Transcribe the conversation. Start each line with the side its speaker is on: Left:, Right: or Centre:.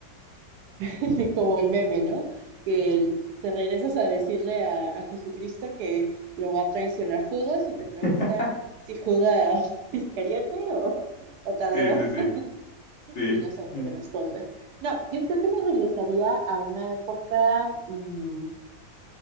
Right: <laughs> como el meme, ¿no? Que el- te regresas a decirle a, a Jesucristo que lo va a traicionar Judas y te
Left: <laughs>
Right: preguntan si Judas <laughs> Iscariote o, o Tadeo
Left: Sí, sí, sí,
Right: <laughs>
Left: sí.
Right: y no sabes
Left: Ujú.
Right: qué responder. No, yo creo que me regresaría a una época, mm,